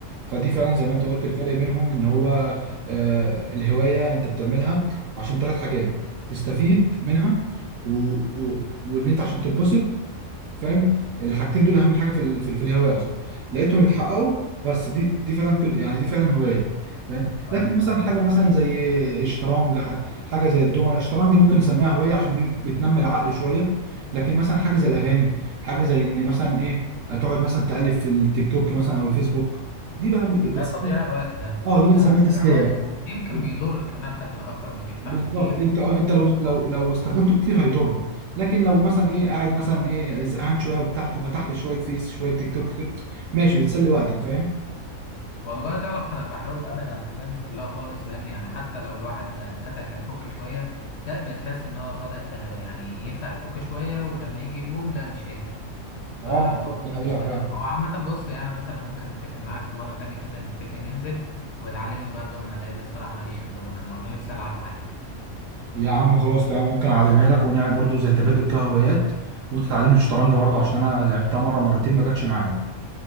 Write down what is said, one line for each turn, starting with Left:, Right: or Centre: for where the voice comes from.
Right: فدي فعلا زي ما انت قلت الفرق بينهم ان هو آه، الهوايه انت بتعملها عشان ثلاث حاجات تستفيد منها و... و... وان انت عشان تتبسط فاهم الحاجتين دول اهم حاجه في ال- في, ال- في الهوايه اصلا لقيتهم
Left: ايه
Right: اتحققوا بس دي دي فعلا كل- يعني دي فعلا هوايه فاهم
Left: خلاص
Right: لكن
Left: دلوقتي
Right: مثلا حاجه
Left: هو كده.
Right: مثلا زي الشطرنج ح- حاجه زي الدومنه الشطرنج ممكن نسميها هوايه عشان دي بت- بتنمي العقل شويه لكن مثلا حاجه زي الاغاني حاجه زي ان مثلا ايه تقعد مثلا تقلب في التيك توك مثلا او الفيسبوك دي بقى ب- بتسمي
Left: ده تضييع الوقت ده
Right: اه دي بتسميها
Left: ده تضييع
Right: تسليه
Left: وقت ويمكن
Right: بقى
Left: بيضر كمان حتى ما اكتر ما بينفع
Right: بالظبط
Left: بكتير
Right: انت آه، انت لو لو لو استخدمته كتير هيضر لكن لو مثلا ايه قاعد مثلا ايه زهقان شويه وبتاع ففتحت شويه فيس شويه تيك توك كده ماشي بتسلي وقتك فاهم
Left: والله تعرف انا بحاول ابعد عن الحاجات دي كلها خالص لان يعني حتى لو الواحد فتح يفك شويه لا بتحس ان هو بدأ آه، يعني يفتح يفك شويه ولما يجي يقوم لا مش قادر
Right: اه
Left: فالموضوع
Right: بالظبط، دي
Left: ده
Right: حقيقة
Left: مش تمام
Right: فعلا
Left: هو عامة بص يعني مثلا ممكن اتفق معاك في مرة تانية كده نتفق ننزل وتعلمني بقى الدومنة لأن الصراحة ماليش في الدومنة أنا نفسي ألعب معاك
Right: يا عم خلاص تمام ممكن اعلمها لك ونعمل برضو زي تبادل كده هوايات وانت تعلمني الشطرنج برضو عشان انا لعبتها مره مرتين ما جاتش معايا